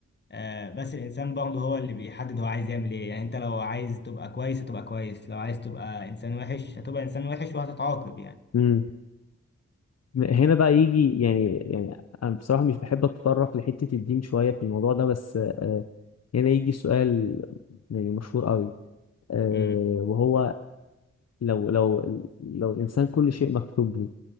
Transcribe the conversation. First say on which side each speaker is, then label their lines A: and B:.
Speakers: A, on the left (about 35°); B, on the left (about 60°).
A: آه، بس الانسان برضه هو اللي بيحدد هو عايز يعمل ايه يعني انت لو عايز تبقى كويس هتبقى كويس لو عايز تبقى انسان وحش هتبقى انسان وحش وهتتعاقب يعني
B: مم. هنا بقى يجي يعني يعني انا بصراحه مش بحب اتطرق لحته الدين شويه في الموضوع ده بس آه، آه، هنا يجي سؤال يعني مشهور قوي آه،
A: امم
B: وهو لو لو لو الانسان كل شيء مكتوب له